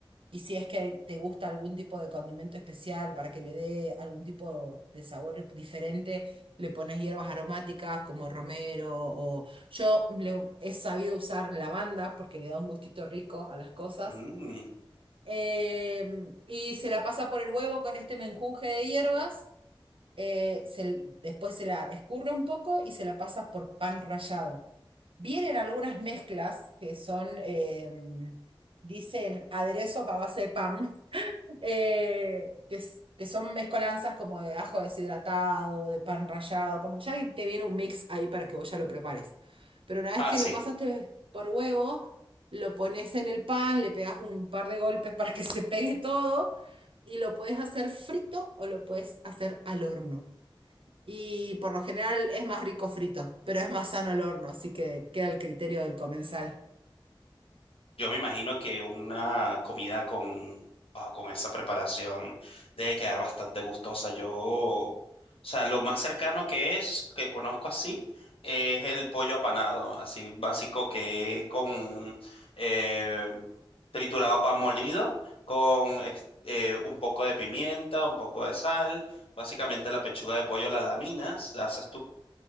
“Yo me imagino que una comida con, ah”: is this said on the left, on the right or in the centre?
Left